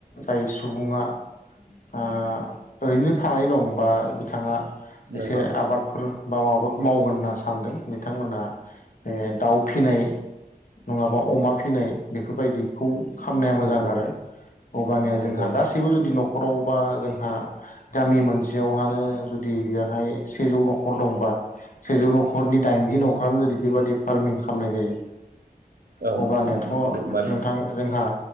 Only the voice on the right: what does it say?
नंगौ
नंगौ
नंगौ
औ
माने